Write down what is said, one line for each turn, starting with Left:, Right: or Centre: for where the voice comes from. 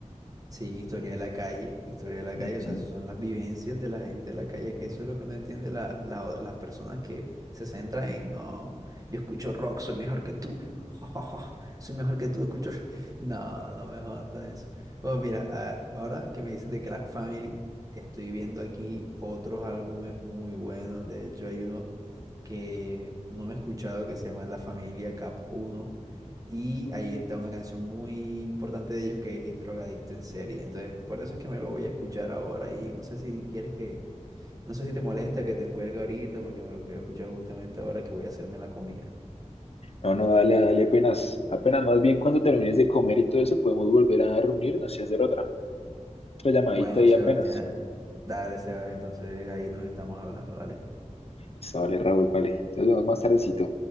Right: Sí, historia de la calle, historia de la
Left: Ujú.
Right: calle, o sea, esas son las vivencias de la gente de la calle, es que eso es lo que no entiende la, la- las personas que se centran en, no, yo escucho rock, soy mejor que tú, <laughs> soy mejor que tú, escucho... rock". No, no me jodas con eso. Bueno, mira, a- ahora que me dices de Crack Family, estoy viendo aquí otros álbumes muy buenos, de hecho hay uno que no me he escuchado, que se llama La Familia Cap Uno Y ahí está una canción muy importante de ellos que es Drogadicto en serie. Entonces, por eso es que me lo voy a escuchar ahora. Y no sé si quieres que, no sé si te molesta que te cuelgue ahorita, porque me lo quiero escuchar justamente ahora que voy a hacerme la comida.
Left: No, no, dale, dale apenas, apenas, más bien cuando termines de comer y todo eso, podemos volver a reunirnos y hacer otra, otra llamadita
Right: Bueno,
Left: y
Right: Sebastián,
Left: apenas.
Right: dale, Sebas, entonces ahí nos estamos hablando, dale.
Left: Listo, vale, Raúl, vale. Entonces nos vemos más tardecito.